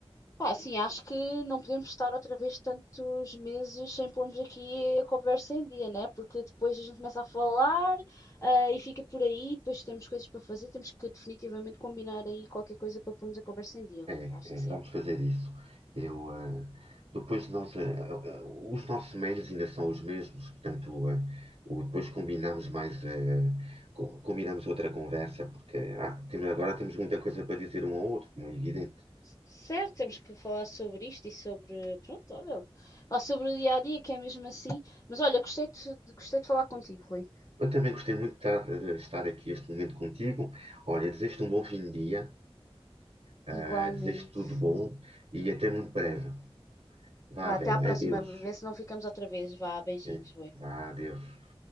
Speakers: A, on the left; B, on the right.
A: Pá, sim, acho que não podemos estar outra vez tantos meses sem pormos aqui a conversa em dia, né? Porque depois a gente começa a falar, ah, e fica por aí, depois temos coisas para fazer, temos que definitivamente combinar aí qualquer coisa para pormos a conversa em dia, Rui.
B: É,
A: Acho que sim.
B: é, vamos fazer isso. Eu, ah, depois nós, ah, ah, ah, os nossos mails ainda são os mesmos, portanto, ah, o- depois combinamos mais, ah, com- combinamos outra conversa, porque ah, temos- agora temos muita coisa para dizer um ao outro, como é evidente.
A: Certo, temos que falar sobre isto e sobre, pronto, olha, falar sobre o dia a dia, que é mesmo assim. Mas olha, gostei de, gostei de falar contigo, Rui.
B: Eu também gostei muito de estar, de estar aqui este momento contigo. Olha, desejo-te um bom fim de dia, ah,
A: Igualmente.
B: desejo-te tudo de bom e até muito breve. Vá,
A: Vá,
B: velho,
A: até à próxima
B: adeus.
A: vez, se não ficamos outra vez. Vá, beijinhos,
B: né?
A: boi.
B: Vá, adeus.